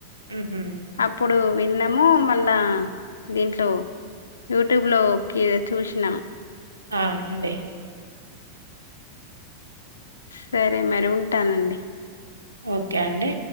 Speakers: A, on the right (about 80°); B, on the left (about 70°).
A: ఉహు
B: అప్పుడు విన్నాము మళ్ళా దీంట్లో యూట్యూబ్ లోకి చూసినం
A: అవునండి
B: సరే మరి ఉంటానండి
A: ఓకే అండి